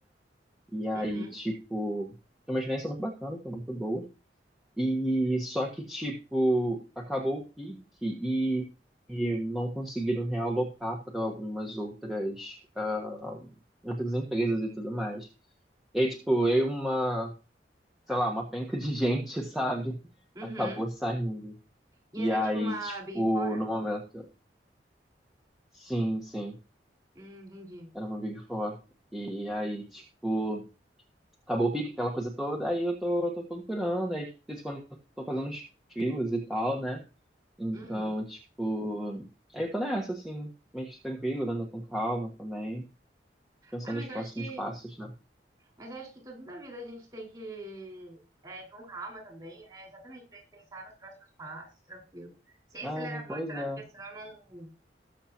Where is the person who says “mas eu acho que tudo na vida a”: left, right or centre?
Right